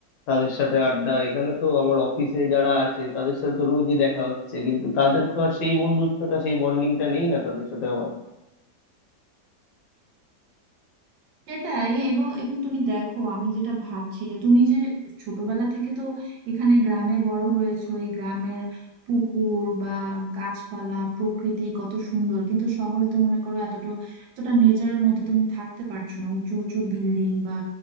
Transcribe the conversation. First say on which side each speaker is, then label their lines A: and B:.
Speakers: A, on the left; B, on the right.
A: তাদের সাথে আড্ডা এখানে তো আমার অফিসে যারা আছে তাদের সাথে তো রোজই দেখা হচ্ছে কিন্তু তাদের তো আর সেই বন্ধুত্বটা সেই বন্ডিংটা নেই না তাদের সাথে আমার
B: সেটাই এবং এবং তুমি দেখো আমি যেটা ভাবছি যে তুমি যে ছোটবেলা থেকে তো এখানে গ্রামে বড় হয়েছো এই গ্রামের পুকুর বা গাছপালা প্রকৃতি কত সুন্দর কিন্তু শহরে তো মনে করো এতটা এতটা নেচারের মধ্যে তুমি থাকতে পারছো না উঁচু উঁচু বিল্ডিং বা